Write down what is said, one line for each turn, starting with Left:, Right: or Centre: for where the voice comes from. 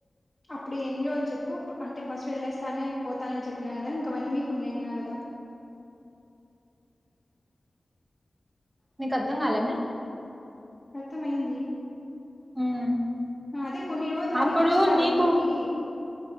Left: అప్పుడు ఎన్ని రోజులు చెప్పు అంటే బస్సు వెళ్ళేస్తానే పోతానని చెప్పినా కదా ఇంకా వన్ వీక్ ఉన్నానని కదా
Right: నీకు అర్థం కాలేమే
Left: అర్థమయింది
Right: హ్మ్
Left: అదే కొన్ని రోజులు అని
Right: అప్పుడు
Left: వచ్చినా కదా
Right: నీకు
Left: ఇంటికి